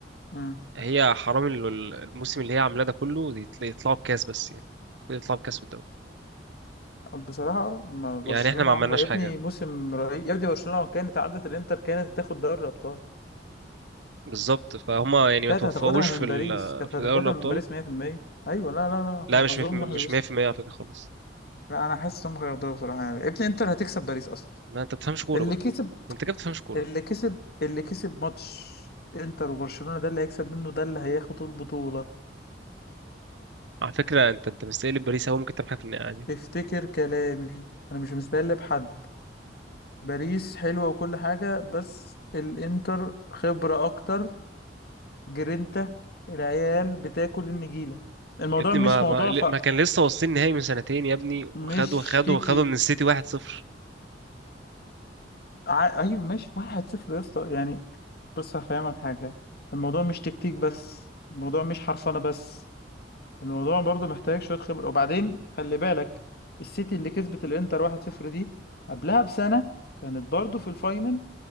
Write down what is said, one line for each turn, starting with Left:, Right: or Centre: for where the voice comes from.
Left: امم
Right: هي حرام ال- ال- الموسم اللي هي عاملاه ده كله يت- يطلعوا بكاس بس يعني يطلعوا بكاس في الدوري
Left: بصراحة ما برشلونة
Right: يعني احنا ما
Left: عاملة
Right: عملناش
Left: يا ابني
Right: حاجه
Left: موسم رهيب يا ابني برشلونة لو كانت عدت الانتر كانت هتاخد دوري الابطال
Right: بالظبط فهم يعني
Left: كانت
Right: ما توفقوش
Left: هتاخدها من
Right: في ال-
Left: باريس كانت
Right: في
Left: هتاخدها
Right: دوري الابطال
Left: من باريس 100% ايوه لا لا لا
Right: لا
Left: محظوظ
Right: مش مية في- المية-
Left: وحش
Right: مش
Left: بس
Right: 100% على فكره خالص
Left: لا انا حاسس هم هياخدوها بصراحه يعني ابن انتر هتكسب باريس اصلا
Right: لا انت بتفهمش كوره
Left: اللي
Right: بقى
Left: كسب
Right: انت كده بتفهمش كوره
Left: اللي كسب اللي كسب ماتش انتر وبرشلونه ده اللي هيكسب منه ده اللي هياخد البطوله
Right: على فكره انت انت مستقل باريس هو ممكن تعمل حاجه في النهائي عادي.
Left: افتكر كلامي انا مش مستقل بحد باريس حلوه وكل حاجه بس الانتر خبره اكتر جرينتا العيال بتاكل النجيله الموضوع
Right: يا ابني
Left: مش
Right: ما
Left: موضوع
Right: ما,
Left: ف
Right: ما كان لسه واصلين نهائي من سنتين يا ابني
Left: مش
Right: وخدوا خدوا
Left: تيكي
Right: خدوا من السيتي 1-0
Left: ع- ايوه ماشي واحد صفر يا اسطى يعني بص هفهمك حاجه الموضوع مش تكتيك بس الموضوع مش حرفنه بس الموضوع برضه محتاج شويه خبره وبعدين خلي بالك السيتي اللي كسبت الانتر 1-0 دي قبلها بسنه كانت برضه في الفاينل